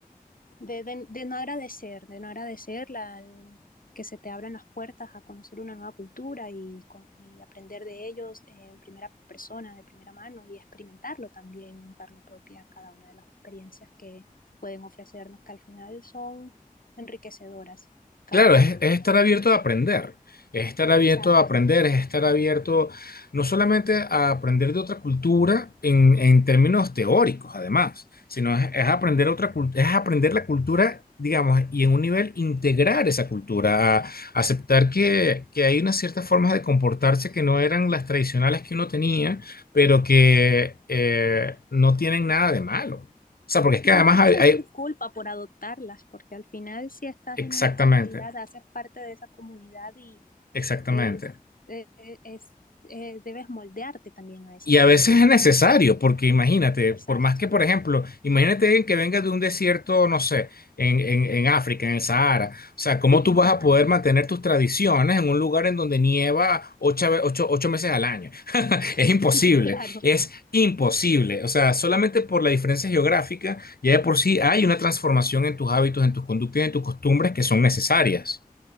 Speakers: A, on the left; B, on the left.
A: de, de- de no agradecer, de no agradecer la, el- que se te abran las puertas a conocer una nueva cultura y, con- y aprender de ellos en primera persona, de primera mano y experimentarlo también en carne propia cada una de las experiencias que pueden ofrecernos, que al final son enriquecedoras, cada
B: Claro,
A: una
B: es,
A: de
B: es
A: ellas.
B: estar abierto a aprender, es estar abierto
A: Exactamente.
B: a aprender, es estar abierto no solamente a aprender de otra cultura en, en términos teóricos, además, sino es, es aprender otra, cul- es aprender la cultura, digamos, y en un nivel integrar esa cultura, a aceptar que, que hay unas ciertas formas de comportarse que no eran las tradicionales que uno tenía, pero que eh, no tienen nada de malo. O sea, porque es
A: Y
B: que
A: tampoco
B: además hay,
A: sentir
B: hay-
A: culpa por adoptarlas, porque al final si estás
B: exactamente,
A: en una comunidad, haces parte de esa comunidad y
B: exactamente.
A: Es, eh, eh, es, eh, debes moldearte también a esa
B: Y
A: comunidad.
B: a veces es necesario, porque imagínate, por
A: Exacto.
B: más que, por ejemplo, imagínate alguien que venga de un desierto, no sé, en, en- en África, en el Sahara. O sea, ¿cómo
A: <laughs>
B: tú vas
A: Ajá,
B: a poder mantener tus tradiciones en un lugar en donde nieva ocho, ve- ocho- ocho meses al año? <laughs> Es imposible,
A: <laughs> Claro.
B: es imposible. O sea, solamente por la diferencia geográfica, ya de por sí hay una transformación en tus hábitos, en tus conductas y en tus costumbres que son necesarias.